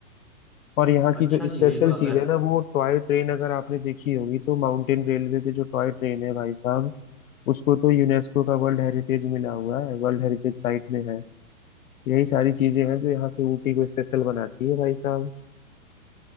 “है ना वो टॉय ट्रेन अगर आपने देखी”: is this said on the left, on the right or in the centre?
Left